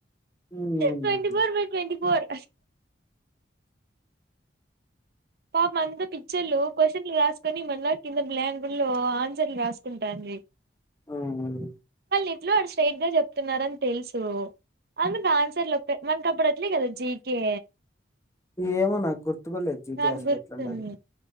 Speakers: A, on the left (about 15°); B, on the right (about 55°).
A: hmm
B: Twenty four by twenty four పాప అంతా పిక్చర్లు క్వశ్చన్లు రాసుకొని మన్న కింద బలాంగ్వడ్ <unintelligible> లో ఆన్సర్లు రాసుకుంటాను ఏ
A: హూ హమ్
B: ఎట్లా వాల్లు స్ట్రైట్ గా చెప్తున్నారని తెలుసు అందుకు ఆన్సర్లు మనకి అప్పుడు అట్లే కదా జీకే
A: ఏమో నాకు గుర్తు కో లేదు జీకే
B: నాకు
A: అసలు
B: గుర్తుంది
A: ఎట్ల ఉండాది